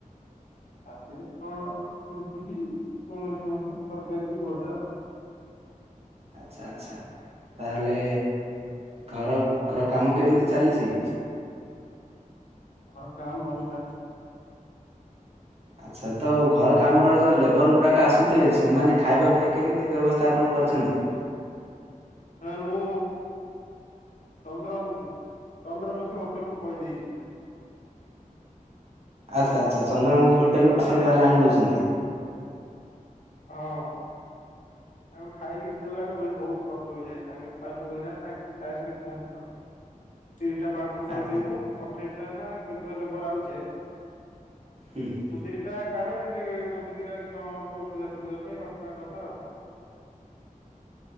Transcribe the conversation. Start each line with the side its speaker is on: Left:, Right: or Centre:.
Left: ରାତିରେ କଣ ରୁଟି କିି କୌଣସି ମଧ୍ୟ ତରକାରୀ କି ଭଜା ଆଉ।
Right: ଆଚ୍ଛା ଆଚ୍ଛା ତାହେଲେ ଘର ଘର କାମ କେମିତି ଚାଲିଛି?
Left: ଘର କାମ ଭଲ ଚାଲିଛି।
Right: ଆଚ୍ଛା ତ ଘର କାମର ଯ ଲେବର ଗୁଡ଼ାକ ଆସୁଥିବେ ସେମାନେ ଖାଇବା ପାଇଁ କେମିତି ବ୍ୟବସ୍ଥା ଆପଣ କରିଛନ୍ତି?
Left: ହଁ ମୁଁ ଚନ୍ଦ୍ର ମୁଁ ଚନ୍ଦ୍ରମୁଖୀ ହୋଟେଲ୍ କୁୁ କହିଦେଇଛି।
Right: ଆଚ୍ଛା ଆଚ୍ଛା ଆଚ୍ଛା ଚନ୍ଦମୁଖୀ ହୋଟେଲ୍
Left: ତାଙ୍କେ
Right: ରୁ ପାର୍ସେଲ ତାହେଲେ ଆଣି ଦଉଛନ୍ତି?
Left: ହଁ। ଆଉ ଖାଇକି ଦେଲାଠୁ ବହୁତ୍ ଖର୍ଚ୍ଚ ହୋଇଯାଏ ତାଙ୍କ ପାର୍ଶଲ ଧରେ ତାଙ୍କ ତାଙ୍କେ ସେଇଠି ଖାଆନ୍ତି ଆଉ। <inaudible> ତିରିଶ ଟା ପାର୍ସଲ କହିଦିଏ
Right: ଆଚ୍ଛା
Left: ମୁଁ ଅଠେଇଶ ଟା ନାଁ କେତେଟା ଲେବର ଆଉଚେ
Right: ହୁଁ ହୁଁ।
Left: ମୁଁ ତିରିଶ ଟା କାଳେ ଇଏ ଗୋଟେ ଦିନ କିଅଣ ହବ ଅସୁବିଧା ସୁବିଧା ପାଇଁ ରଖିବା କଥା ଆଉ।